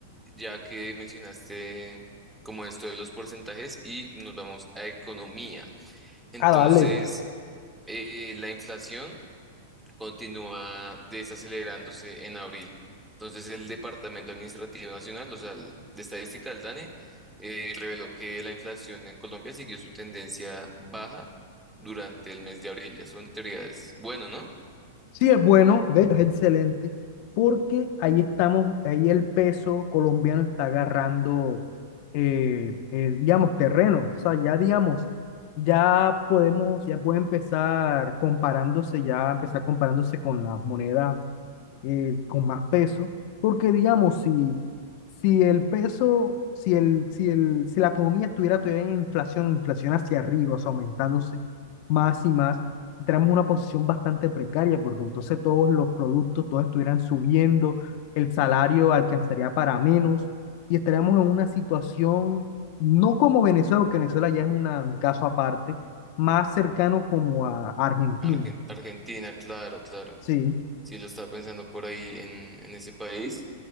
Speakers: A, in the centre; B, on the left (about 50°).
A: ya que mencionaste como esto de los porcentajes y nos vamos a economía. Entonces,
B: Ah, dale.
A: eh, la inflación continúa desacelerándose en abril. Entonces, el Departamento Administrativo Nacional, o sea, el de Estadística, el DANE, eh, reveló que la inflación en Colombia siguió su tendencia baja durante el mes de abril. Eso en teoría es bueno, ¿no?
B: Sí, es bueno, de hecho es excelente, porque ahí estamos, ahí el peso colombiano está agarrando, eh, eh, digamos, terreno. O sea, ya digamos, ya podemos, ya puede empezar comparándose, ya empezar comparándose con las monedas eh, con más peso, porque digamos, si, si el peso, si, el, si, el, si la economía estuviera todavía en inflación, inflación hacia arriba, o sea, aumentándose más y más, tenemos una posición bastante precaria, porque entonces todos los productos, todos estuvieran subiendo, el salario alcanzaría para menos, y estaríamos en una situación, no como Venezuela, porque Venezuela ya es una- un caso aparte, más cercano como a Argentina.
A: Argen- Argentina, claro, claro.
B: Sí,
A: Sí, lo estaba pensando por ahí en, en ese país.